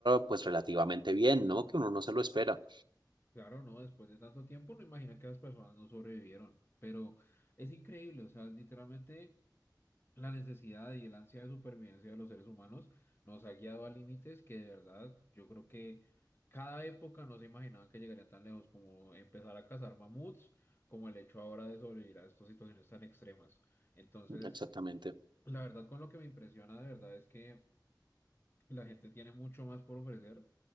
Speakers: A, on the right; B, on the left.
A: pues relativamente bien, ¿no? Que uno no se lo espera.
B: Claro, no, después de tanto tiempo no imagina que las personas no sobrevivieron, pero es increíble, o sea, literalmente la necesidad y el ansia de supervivencia de los seres humanos nos ha guiado a límites que de verdad yo creo que cada época no se imaginaban que llegarían tan lejos como empezar a cazar mamuts, como el hecho ahora de sobrevivir a estas situaciones tan extremas. Entonces,
A: Exactamente.
B: la verdad con lo que me impresiona de verdad es que la gente tiene mucho más por ofrecer